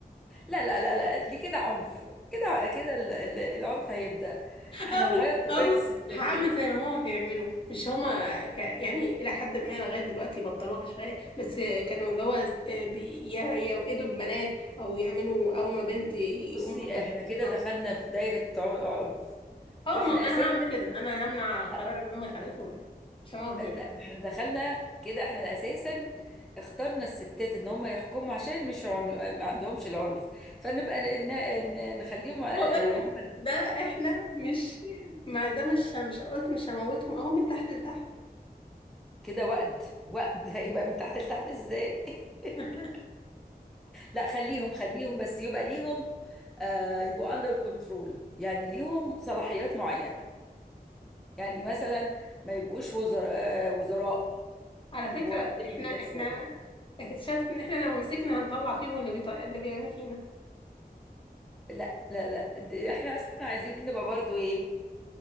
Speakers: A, in the centre; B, on the left.
A: لا لا لا لا دي كده عنف كده كده ال- ال- العنف هيبدأ احنا
B: او
A: نغير
B: او
A: طبيعة الستات
B: هعمل
A: كده
B: زي ما هما بيعملوا مش هما ك... يعني الى حد ما لغايه دلوقتي بطلوها شويه بس كانوا اللي هو بي- ي- يوقدوا ببنات او يعملوا اول ما بنت يقوموا
A: بصي
B: مخزنينها
A: احنا كده دخلنا في دايرة عن- عنف
B: اه
A: واحنا
B: ما انا
A: اساسا
B: هعمل كده انا همنع
A: لا
B: قرار ان هم يخلفوا اولاد مش هموت الولاد.
A: لا ما احنا دخلنا كده احنا اساسا اخترنا الستات ان هم يحكموا عشان مش عن... ما عندهمش العنف فنبقى ن... ن... نخليهم آه،
B: واقول لك
A: هم
B: ده احنا مش ما ده مش مش قلت مش هموتهم اهو من تحت لتحت
A: كده وقد وقد <laughs> هيبقى من تحت لتحت ازاي <laughs>
B: <laughs>
A: لا خليهم خليهم بس يبقى ليهم آه، يبقوا اندر كنترول يعني ليهم صلاحيات معينة يعني مثلا ما يبقوش وزراء آه، وزراء
B: على فكره
A: يبقوا اقل
B: احنا
A: من كده
B: احنا
A: بشوية
B: اكتشفت ان احنا لو مسكنا هنطلع فيهم اللي بيط... اللي بيعملوا فينا
A: لا لا لا دي- احنا اصلا احنا عايزين نبقى برضو ايه